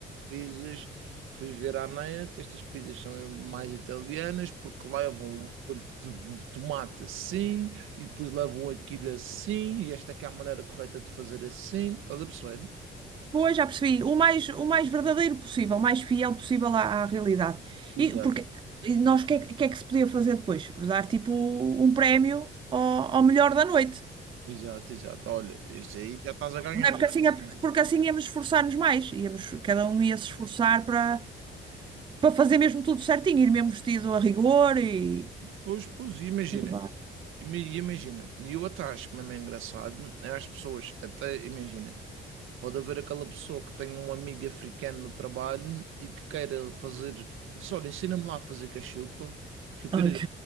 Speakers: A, on the right; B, on the right.
A: pizzas, fui ver à net, estas pizzas são mais italianas porque levam um molho de tomate assim, e depois levam aquilo assim, e esta aqui é a maneira correta de fazer assim, estás a perceber?
B: Pois, já percebi. O mais, o mais verdadeiro possível, o mais fiel possível à, à realidade.
A: Exato,
B: E porque e nós, o que, é que o que é que se podia fazer depois? Dar tipo um prémio ao, ao melhor da noite.
A: exato, exato. Olha, isto aí já estás a ganhar,
B: Não é porque
A: já estás
B: assim,
A: a
B: é,
A: ganhar.
B: porque assim íamos esforçar-nos mais, íamos, cada um ia se esforçar para para fazer mesmo tudo certinho, ir mesmo vestido a rigor e,
A: Pois, pois, imagina.
B: e levar.
A: Ima- Imagina, e eu até acho mesmo engraçado é as pessoas, até imagina, Pode haver aquela pessoa que tem um amigo africano no trabalho e que queira fazer. Disse, olha, ensina-me lá a fazer cachupa, que eu quero
B: Ok,
A: ir.